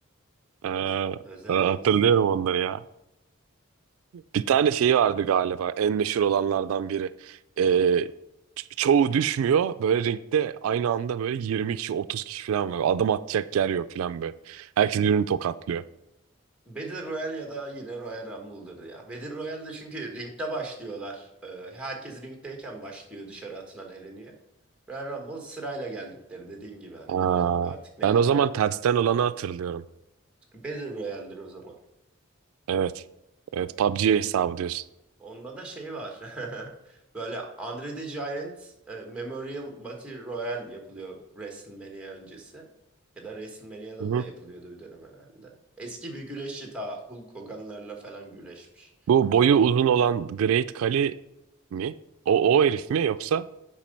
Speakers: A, on the right (about 80°); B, in the centre.
A: Ee,
B: Öz- özel
A: e, hatırlıyorum
B: bir insan.
A: onları ya. Bir tane şeyi vardı galiba en meşhur olanlardan biri. Ee, ço- çoğu düşmüyor. Böyle ringde aynı anda böyle 20 kişi 30 kişi falan var. Adım atacak yer yok falan böyle. Herkes birbirini tokatlıyor.
B: Battle Royale ya da yine Royal Rumble'dır ya. Battle Royale'de çünkü ringde başlıyorlar. Ee, herkes ringdeyken başlıyor dışarı atılan eleniyor. Royal Rumble sırayla geldikleri dediğin gibi hani
A: Aa,
B: böyle artık ne
A: ben
B: kadar
A: o zaman tersten olanı hatırlıyorum.
B: Battle Royale'dir o zaman.
A: Evet. Evet PUBG hesabı diyorsun.
B: Onda da şey var. <laughs> Böyle Andre the Giant e, Memorial Battle Royale yapılıyor WrestleMania öncesi. Ya da WrestleMania'da
A: Hı.
B: da yapılıyordu bir dönem herhalde. Eski bir güreşçi ta Hulk Hogan'larla falan güreşmiş.
A: Bu boyu uzun olan Great Kali mi? O, o herif mi yoksa